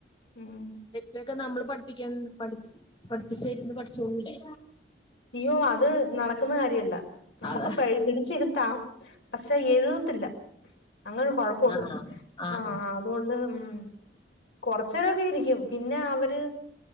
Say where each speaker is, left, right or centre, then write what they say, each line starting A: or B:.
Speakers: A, on the left; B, on the left.
A: ഉം
B: ലൊക്കെ നമ്മള് പട്പ്പിക്കെ പഠിപ്പിച്ചര്ന്ന് പഠിച്ചോളൂല്ലേ
A: അയ്യോ അത് നടക്കുന്ന കാര്യമല്ല നമുക്ക്
B: അതാ
A: പിടിച്ചിരുത്താം. പശേ എഴുതത്തില്ല അങ്ങനൊരു കൊഴപ്പമുണ്ട്
B: ആഹ് ആഹ്
A: ആ അതുകൊണ്ട് ഉം കൊർച്ച് നേരൊക്കെ ഇരിക്കും പിന്നെ അവര്